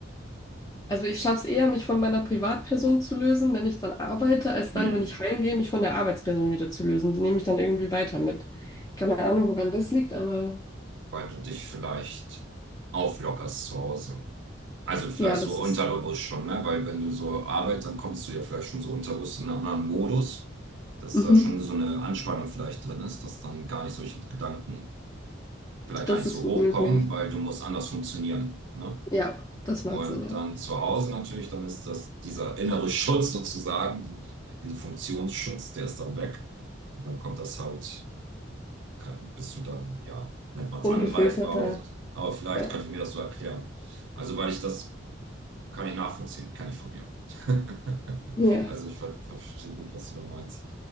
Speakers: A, on the left; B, on the right.
A: Also ich schaffe es eher, mich von meiner Privatperson zu lösen, wenn ich dann arbeite, als dann,
B: mm,
A: wenn ich heimgehe, mich von der Arbeitsperson wieder zu lösen. Die nehme ich dann irgendwie weiter mit. Keine Ahnung, woran das liegt, aber
B: weil du dich vielleicht auflockerst zu Hause. Also vielleicht
A: ja, das
B: so
A: ist,
B: unterbewusst schon, ne? Weil wenn du so arbeitest, dann kommst du ja vielleicht schon so unterbewusst in einen anderen Modus, dass
A: mhm,
B: da schon so eine Anspannung vielleicht drin ist, dass dann gar nicht solche Gedanken vielleicht
A: das
B: gar nicht
A: ist
B: so
A: gut
B: hochkommen,
A: möglich.
B: weil du musst anders funktionieren. Ne?
A: Ja, das macht
B: Und
A: Sinn, ja.
B: dann zu Hause natürlich, dann ist das dieser innere Schutz sozusagen, dieser Funktionsschutz, der ist dann weg. Und dann kommt das halt, kann, bist du dann, ja, nennt man es
A: Ungefilterter,
B: angreifbar oder so. Aber vielleicht
A: ja.
B: könnte ich mir das so erklären. Also, weil ich das kann ich nachvollziehen, kenne ich von mir. <laughs>
A: Ja.
B: Also, ich ver verstehe gut, was du da meinst.